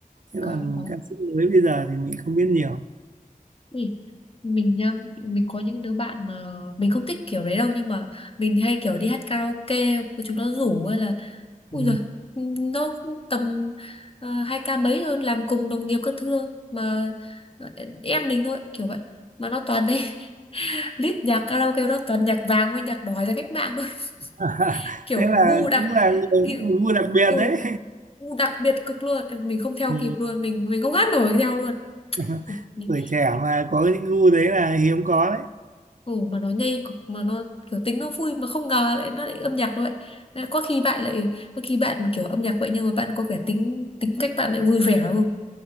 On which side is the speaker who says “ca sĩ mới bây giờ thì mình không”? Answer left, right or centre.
Right